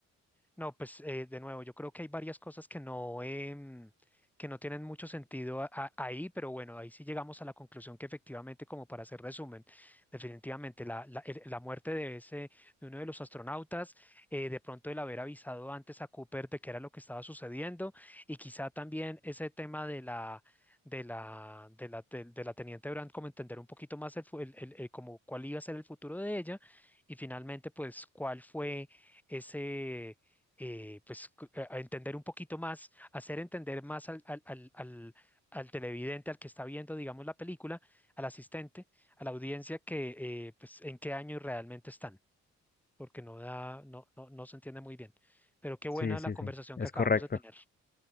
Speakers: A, in the centre; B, on the left.
A: No, pues eh, de nuevo, yo creo que hay varias cosas que no, em, que no tienen mucho sentido a- a- ahí, pero bueno, ahí sí llegamos a la conclusión que efectivamente, como para hacer resumen, definitivamente la, la- el- la muerte de ese, de uno de los astronautas, eh, de pronto el haber avisado antes a Cooper de qué era lo que estaba sucediendo, y quizá también ese tema de la de la, de la, de, de la teniente Brand, como entender un poquito más el, fu- el- el- el- como cuál iba a ser el futuro de ella, y finalmente, pues, cuál fue ese eh, pues, cu- a a entender un poquito más, hacer entender más al, al, al, al- al televidente, al que está viendo, digamos, la película, al asistente, a la audiencia, que, eh, pues, en qué año realmente están, porque no da, no, no, no se entiende muy bien. Pero qué buena
B: Sí, sí,
A: la conversación
B: sí, es
A: que acabamos
B: correcto.
A: de tener.